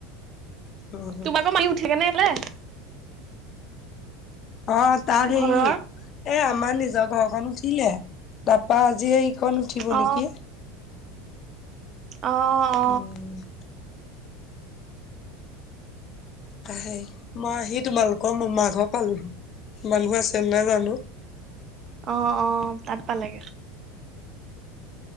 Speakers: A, on the left; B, on the right.
A: উম,
B: তোমাকো মাৰি- ঠিকেনেলে।
A: অঁ তাক হেৰি
B: ঘৰৰ
A: এ আমাৰ নিজৰ ঘৰখন উঠিলে তাপা আজি এই- খণ উঠিব
B: অ
A: নেকি।
B: অঁ'
A: <inaudible> হেই মই আহি তোমালকৰ মামা ঘৰ পালো মানুহবোৰ আছেনে নাই জানো।
B: অঁ অঁ তাত পালেগে।